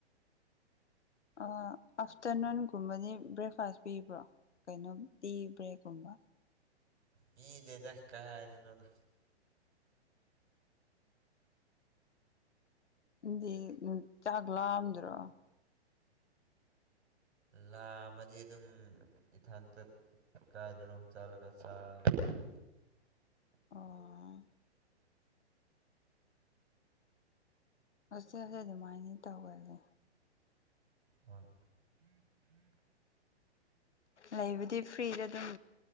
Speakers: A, on the left (about 85°); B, on the right (about 75°).
A: ꯑꯥꯐꯇꯔꯅꯨꯟꯒꯨꯝꯕꯗꯤ ꯕ꯭ꯔꯦꯛꯐꯥꯁ ꯄꯤꯕ꯭ꯔꯣ ꯀꯩꯅꯣ ꯇꯤ ꯕ꯭ꯔꯦꯛꯀꯨꯝꯕ
B: ꯄꯤꯗꯦꯗ ꯀꯔꯥꯏꯗꯩꯅꯣꯗ
A: ꯗꯤ ꯆꯥꯛ ꯂꯥꯝꯗ꯭ꯔꯣ
B: ꯂꯥꯝꯃꯗꯤ ꯑꯗꯨꯝ ꯏꯊꯟꯇ ꯀꯥꯏꯗꯅꯣꯃ ꯆꯠꯂꯒ ꯆꯥꯔꯅꯤ
A: ꯑꯣ ꯍꯣꯁꯇꯦꯜꯁꯦ ꯑꯗꯨꯃꯥꯏꯅꯗꯤ ꯇꯧꯕꯅꯤ
B: ꯍꯣꯏ
A: ꯂꯩꯕꯗꯤ ꯐ꯭ꯔꯤꯗ ꯑꯗꯨꯝ